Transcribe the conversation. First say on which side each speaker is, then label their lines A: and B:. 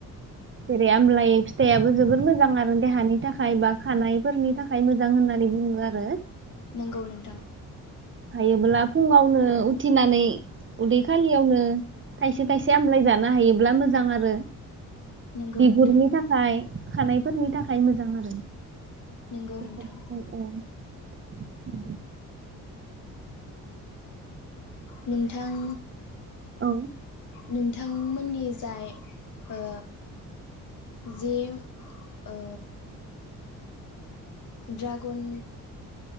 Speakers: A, on the right; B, on the left.
A: जे आमलाय फिथाइआबो जोबोर मोजां आरो देहानि थाखाय बा खानायफोरनि थाखाय मोजां होननानै बुङो आरो
B: नंगौ नोंथां।
A: हायोब्ला फुङावनो उथिनानै उदै खालियावनो थाइसे थाइसे आमलाय जानो हायोब्ला मोज जां आरो
B: नंगौ
A: बिगुरनि
B: नोंथां
A: थाखाय खानायफोरनि थाखाय मोजां आरो
B: नंगौ
A: औ
B: नोंथां
A: औ नंगौ।
B: नोंथां
A: औ
B: नोंथांमोननि जाय ओ जे ओ। ड्रागन